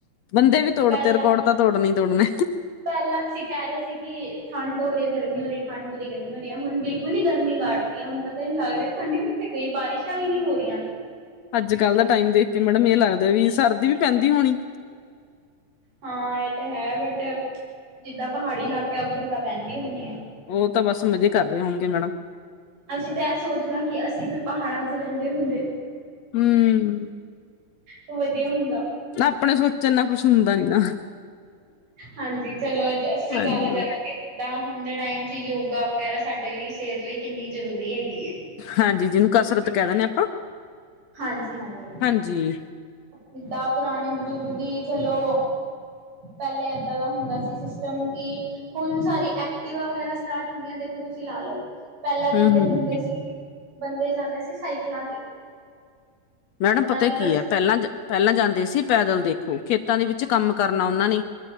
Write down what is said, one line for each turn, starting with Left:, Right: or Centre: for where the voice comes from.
Left: ਬੰਦੇ ਵੀ ਤੋੜ
Right: ਪਹਿਲਾਂ
Left: ਤੇ ਰਿਕੋੜ ਤਾ ਤੋੜਨੀ ਤੋੜਨੇ।
Right: ਪਹਿਲਾਂ ਅਸੀਂ ਕਹਿ ਰਹੇ ਸੀ ਕਿ ਠੰਡ ਹੋ ਰੀ ਐ, ਗਰਮੀ ਹੋ ਰੀ, ਠੰਢ ਹੋ ਰੀ ਗਰਮੀ ਹੋ ਰੀ ਐ ਹੁਣ ਬਿਲਕੁਲ ਈ ਗਰਮੀ ਕਾਟਤੀ ਐ ਹੁਨ ਪ ਤਾ ਈ ਨੀ ਲੱਗ ਰਿਆ ਠੰਢ ਕਿੱਥੇ ਗਈ? ਬਾਰਿਸ਼ਾਂ ਵੀ ਨੀ ਹੋ ਰਈਆਂ ਨਾ।
Left: ਆੱਜ-ਕੱਲ ਦਾ ਟਾਈਮ ਦੇਖ ਕੇ ਮੈਡਮ ਏ ਲੱਗਦਾ ਵੀ ਸਰਦੀ ਵੀ ਪੈਂਦੀ ਹੋਣੀ।
Right: ਹਾਂ ਐ ਤਾਂ ਹੈ ਬਟ ਜਿੱਦਾਂ ਪਹਾੜੀ ਇਲਾਕੇ ਉੱਦਰ ਤਾਂ ਪੈੰਦੀ ਹੋਣੀ ਐ।
Left: ਓ ਤਾਂ ਬਸ ਮਜ਼ੇ ਕਰ ਰੇ ਹੋਣਗੇ ਮੈਡਮ।
Right: ਅਸੀਂ ਤਾਂ ਐ ਸੋਚਦੇ ਆ ਕਿ ਅਸੀਂ ਵੀ ਪਹਾੜਾਂ ਚ ਰੈਂਦੇ ਹੁੰਦੇ।
Left: ਹੂੰ
Right: ਓ ਵਦੀਆ ਹੁੰਦਾ।
Left: ਨਾ ਆਪਣੇ ਸੋਚਣ ਨਾ ਕੁਛ ਹੁੰਦਾ ਨੀ ਨਾ।
Right: ਹਾਂਜੀ ਚਲੋ ਅੱਜ ਅਸੀਂ
Left: ਹਾਂਜੀ
Right: ਗੱਲ ਕਰਾਂਗੇ ਜਿਦਾਂ ਹੁਣ ਦੇ ਟਾਈਮ ਚ ਯੋਗਾ ਵਗੈਰਾ ਸਾਡੇ ਲਈ ਸ੍ਹੇਤ ਲਈ ਕਿੰਨੀ ਜ਼ਰੂਰੀ ਹੈਗੀ ਏ।
Left: ਹਾਂਜੀ ਜਿਨੂੰ ਕਸਰਤ ਕੈ ਦਿੰਨੇ ਆਪਾਂ।
Right: ਹਾਂਜੀ-ਹਾਂਜੀ।
Left: ਹਾਂਜੀ।
Right: ਜਿੱਦਾਂ ਪੁਰਾਣੇ ਬਜ਼ੁਰਗ ਵੀ ਚਲੋ ਪੈਲੇ ਏਦਾਂ ਦਾ ਹੁੰਦਾ ਸੀ ਸਿਸਟਮ ਕਿ ਹੁਣ ਸਾਰੀ ਐਕਟੀਵਾ ਵਗੈਰਾ ਸਟਾਰਟ ਹੋਈਆਂ ਦੇਖੋ ਤੁਸੀਂ ਲਾ ਲਓ। ਪੈਲਾਂ
Left: ਹੂੰ
Right: ਜਿੱਦਾਂ
Left: ਹੂੰ
Right: ਹੁੰਦੇ ਸੀ, ਬੰਦੇ ਜਾਂਦੇ ਸੀ ਸਾਈਕਲਾਂ ਤੇ।
Left: ਮੈਡਮ
Right: ਉਹਨਾਂ
Left: ਪਤਾ
Right: ਦੀ
Left: ਕੀ
Right: ਕਸ
Left: ਐ ਪੈਲਾਂ, ਪੈਲਾਂ ਜਾਂਦੇ ਸੀ ਪੈਦਲ ਦੇਖੋ, ਖੇਤਾਂ ਦੇ ਵਿੱਚ ਕੰਮ ਕਰਨਾ ਓਨਾਂ ਨੇ।